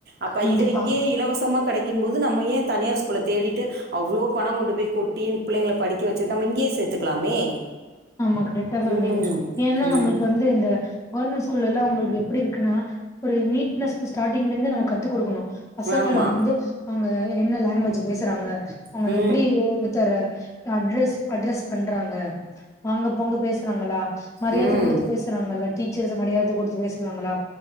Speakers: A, on the right; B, on the left.
A: அப்ப
B: கண்டிப்பா
A: இத இங்கயே இலவசமா கிடைக்கும் போது நம்ம ஏன் தனியார் ஸ்கூல தேடிட்டு அவ்ளோ பணம் கொண்டு போய் கொட்டி பிள்ளைகள படிக்க வெச்சு நம்ம இங்கயே சேர்த்துக்கலாமே
B: ஆமா கரெக்டா சொல்றீங்க
A: ம்.
B: ஏன்னா
A: ம்.
B: நம்மளுக்கு வந்து இந்த கவர்மெண்ட் ஸ் ஸ்கூல் எல்லாம் உங்களுக்கு எப்படி இருக்குன்னா ஒரு நீட்னஸ் ஸ்டார்டிங்ல இருந்து நம்ம கத்து கொடுக்கணும் பசங்கள
A: ஆமா.
B: வந்து அவங்க என்ன லாங்குவேஜ் பேசுறாங்க அவங்க
A: ம் ம்
B: எப்படி ஒருத்தர அட்ரஸ் அட்ரஸ் பண்றாங்க வாங்க போங்க பேசுறாங்களா மரியாதை
A: ம்
B: கொடுத்து பேசுறாங்களா டீச்சர்ஸ் மரியாதை கொடுத்து பேசுறாங்களா